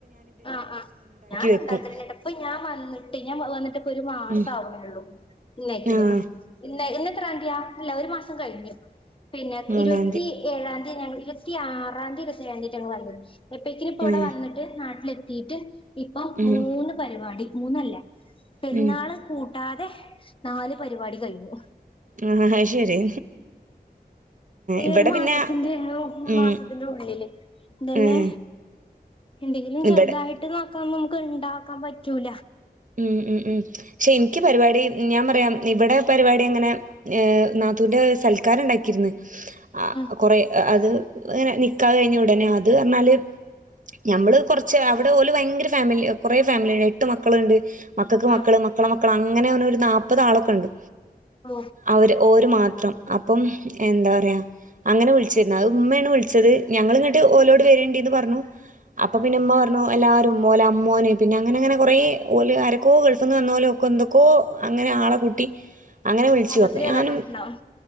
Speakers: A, on the left (about 30°); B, on the right (about 50°).
A: ആഹ് ആഹ് ഞാന്ണ്ടാക്കലെന്നാട്ടാ
B: വെക്കും
A: പ്പ ഞാ വന്ന്ട്ട് ഞാൻ വന്നിട്ട് ഒരു മാസാവ്ണെള്ളൂ.
B: ഉം
A: ഇന്നേക്കിന്
B: ആഹ്
A: ഇന്ന ഇന്നെത്രാന്തിയാ അല്ല ഒരു മാസം കഴിഞ്ഞു പിന്നെ
B: മൂന്നാംതി
A: ഇരുവത്തി ഏഴാന്തി ഞങ്ങള് ഇരുപത്തി ആറാന്തിയേറ്റെ ഞങ്ങ വന്നത്. എപ്പേക്കിനിപ്പവടെ
B: ആഹ്
A: വന്നിട്ട് നാ ത്തീട്ട് ഇപ്പ
B: ഉം
A: മൂന്ന് പരിപാടിമൂന്നല്ല പെരുന്നാള്
B: ഉം
A: കൂട് ട്ടാതെ നാല് പരിപാടി കയ്ഞ്ഞു.
B: ആഹ് ആഹ് അയ് ശരി
A: ഈ
B: ഇവിടെ
A: ഒരു മാസത്തിന്റെ
B: പിന്നെ ഉം
A: മാസത്തിന്റുള്ളില് തന്നെ
B: ഉം
A: എന്തെങ്കിലും ചെറുതായിട്ട്
B: ഇവിടെ
A: നോക്കാ നമുക്ക് ഉണ്ടാക്കാൻ പറ്റൂല
B: ഉം ഉം ഉം ക്ഷെ ഇനിക്ക് പരിപാടി ഞാൻ പറയാം ഇവിടെ പരിപാടി അങ്ങനെ ഏഹ് നാത്തൂന്റെ സൽക്കാരണ്ടാക്കിരുന്ന് ആ
A: ഉം
B: കൊറെ അത് അങ്ങനെ നിക്കാഹ് കഴിഞ്ഞ ഉടനെ അത് എന്നു പറഞ്ഞാല് ഞമ്മള് കൊറച്ച് അവിടെ ഓല് ഭയങ്കര ഫാമില്യോ കൊറേ ഫാമിലിണ്ട് എട്ട് മക്കളുണ്ട് മക്കൾക്ക് മക്കള്
A: ആഹ്
B: മക്കളുടെ മക്കള് അങ്ങനെ ഒരു നാല്പതാളൊക്കെ ഉണ്ട്
A: ഓ
B: അവര് ഓര് മാത്രം അപ്പം എന്താ പറയാ അങ്ങനെ വിളിചീരുന്ന് അത് ഉമ്മയാണ് വിളിച്ചത് ഞങ്ങള് ഇങ്ങോട്ട് ഓലോട് വരണ്ടിന്ന് പറഞ്ഞു അപ്പം പിന്നെ ഉമ്മ പറഞ്ഞ് ണ് എല്ലാരും ഓലമ്മോന് പിന്നെ അങ്ങനെ അങ്ങനെ കൊറേ ഓല് ആരോക്കോ ഗൾഫ്ന്ന് വന്നപോലെ ഓക്ക് എന്തോക്കെ അങ്ങനെ ആളെ കൂട്ടി അങ്ങനെ വിളിച്ചു
A: മൊത്തത്തില്
B: അപ്പം ഞാനും
A: വരാൻ പറഞ്ഞിട്ടുണ്ടാവും